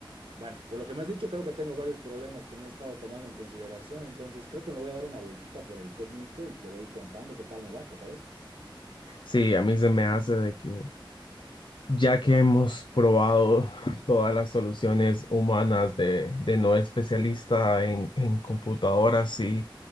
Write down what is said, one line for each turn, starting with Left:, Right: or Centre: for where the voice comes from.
Right: Bueno, por lo que me has dicho, creo que tengo varios problemas que no he estado tomando en consideración, entonces creo que me voy a dar una vueltita por el técnico y te voy contando qué tal me va, ¿te parece?
Left: Sí, a mí se me hace de que Ya que hemos probado <laughs> todas las soluciones humanas de, de no especialista en, en computadoras, sí,